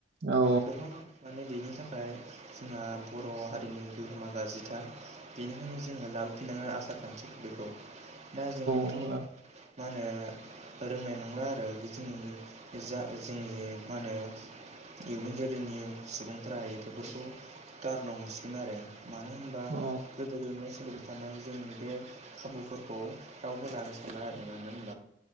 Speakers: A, on the right; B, on the right.
A: औ
B: गोबां माने बेनि थाखाय जोंहा बर' हारिनि गोहोमा गाज्रिथार बेनिखायनो जोङो लाबोफिनांगोन आसार खान्थिफोरखौ दा जों बे
A: अब्ला
B: मा होनो रोंनाय नंला आरो बे जोंनि जा जोंनि मा होनो इयुन जोलैनि सुबुंफोरा बेफोरखौ गारनो हमसिगोन आरो मानो होनबा
A: औ
B: गोदो गोदायनि सोलि दाना जोंनि बे खाबुफोरखौ दाउ <unintelligible> जोंनि